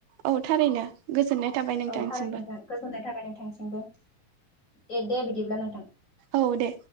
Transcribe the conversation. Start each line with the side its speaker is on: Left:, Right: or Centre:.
Right: औ थारैनो गोजोननाय थाबाय नोंथांसिमबो
Left: औ थाराय नोंथां गोजोननाय थाबाय नोंथांसिमबो दे दे बिदिब्ला नोंथां।
Right: औ दे।